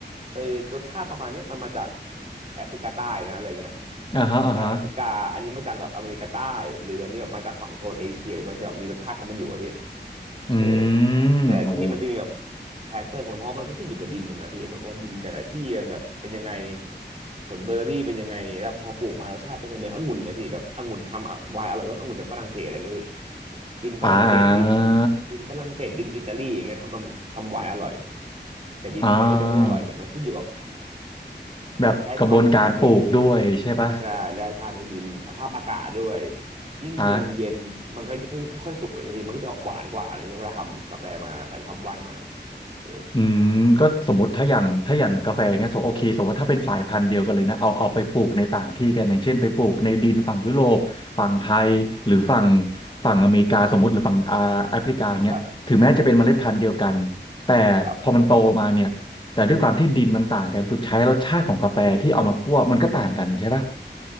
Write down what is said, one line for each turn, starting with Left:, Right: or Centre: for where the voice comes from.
Right: เออรสชาติประมาณเนี้ยมันมาจากแอฟริกาใต้นะอะไรเงี้ย
Left: อ่าฮะอ่าฮะ
Right: มาจากแอฟริกาอันนี้มาจากแบบอเมริกาใต้หรืออันนี้แบบมาจากฝั่งโซนเอเชียมันจะมีรสชาติของมันอยู่อะพี่
Left: อื
Right: เออ
Left: มโอ้โห
Right: แต่ที่มันจะมีแบบคาแรคเตอร์ของมันเพราะมันก็ขึ้นอยู่กับดินนะนะพี่แบบว่าดินแต่ละที่มันแบบเป็นยังไง ผลเบอร์รี่เป็นยังไงแล้วพอปลูกมารสชาติเป็นยังไงเหมือนองุ่นนะพี่แบบองุ่นทำอะไวน์อร่อยต้ององุ่นจากฝรั่งเศสอะไรอย่างเงี้ยพี่ดินฝรั่งเศสดิน
Left: อ่า
Right: ดินฝรั่งเศสดินอิตาลีอย่างเงี้ยทำทำไวน์อร่อยแต่ดินไทยก็จะไม่อร่อยมันขึ้นอยู่กับ
Left: อ่าแบบกระบวนการปลูกด้วยใช่ปะ
Right: แร่ธาตุในดินอะไรอย่างเงี้ยพี่ใช่แร่ธาตุในดินสภาพอากาศด้วยยิ่งเมืองเย็นมันก็จะค่อยๆสุกอย่างทีมันก็จะหวานกว่าอะไรเงี้ยเวลาทำกาแฟมาทำไวน์มา
Left: อ่า
Right: เออ
Left: อืมก็สมมติถ้าอย่างถ้าอย่างกาแฟเงี้ยสมมติโอเคสมมติว่าถ้าเป็นสายพันธุ์เดียวกันเลยนะเอาเอาไปปลูกในต่างที่กันอย่างเช่นไปปลูกในดินฝั่งยุโรปฝั่งไทยหรือฝั่งฝั่งอเมริกาสมมติหรือฝั่งอ่าแอฟริกาเงี้ยถึงแม้จะเป็นเมล็ดพันธุ์เดียวกัน
Right: ครับ
Left: แต่พอมันโตมาเนี่ยแต่ด้วยความที่ดินมันต่างกันสุดท้ายรสชาติของกาแฟที่เอามาคั่วมันก็ต่างกันใช่ปะ
Right: ครับ